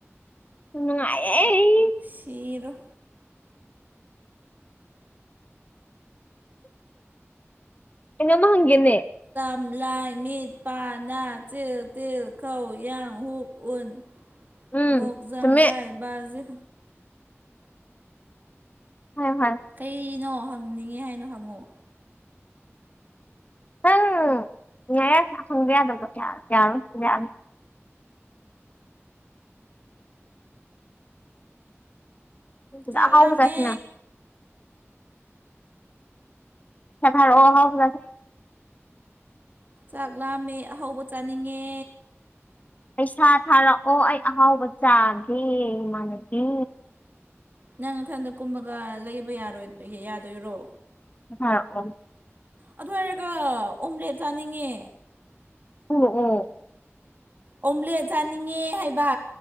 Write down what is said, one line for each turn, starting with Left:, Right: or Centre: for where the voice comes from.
Left: ꯅꯨꯡꯉꯥꯏꯌꯧ
Right: ꯁꯤꯔꯣ
Left: ꯀꯩꯅꯣ ꯑꯃ ꯍꯪꯒꯦꯅꯦ
Right: ꯑꯎ ꯂ ꯃ ꯄ ꯅ ꯆ ꯇ ꯈ ꯌ ꯍ ꯎ
Left: ꯎꯝ
Right: ꯒ ꯓ
Left: ꯆꯨꯝꯃꯦ
Right: ꯔ ꯕ ꯖ
Left: ꯍꯥꯏꯌꯣ ꯍꯥꯏꯌꯣ
Right: ꯀꯩꯅꯣ ꯍꯪꯅꯤꯡꯉꯦ ꯍꯥꯏꯅꯣ ꯍꯪꯉꯛꯑꯣ
Left: ꯅꯪ ꯌꯥ ꯈꯪꯕ ꯌꯥꯗꯕ ꯌꯥꯔꯣ ꯌꯥꯅꯤ ꯁꯤꯗ
Right: ꯆꯥꯛꯂꯝꯃꯦ
Left: ꯑꯍꯥꯎꯕ ꯆꯥꯁꯤꯅ ꯁ ꯊꯥ ꯑꯣꯍꯥꯎ ꯀꯦ
Right: ꯆꯥꯛ ꯂꯥꯝꯃꯦ ꯑꯍꯧꯕ ꯆꯥꯅꯤꯡꯉꯦ
Left: ꯄꯩꯁꯥ ꯊꯥꯔꯛꯑꯣ ꯑꯩ ꯑꯍꯥꯎꯕ ꯆꯥꯒꯦꯃꯥꯟꯅꯕꯤ
Right: ꯅꯪ ꯃꯊꯟꯗ ꯀꯨꯝꯕꯒ ꯂꯩꯕ ꯌꯥꯔ ꯌꯥꯗꯣꯏꯔꯣ
Left: ꯍꯥꯥ ꯑꯣ
Right: ꯑꯗꯨꯏꯔꯒ ꯑꯣꯝꯂꯦꯠ ꯆꯥꯅꯤꯡꯉꯦ
Left: ꯎꯝ ꯎꯝ
Right: ꯑꯣꯝꯂꯦꯠ ꯆꯥꯅꯤꯡꯉꯦ ꯍꯥꯏꯕ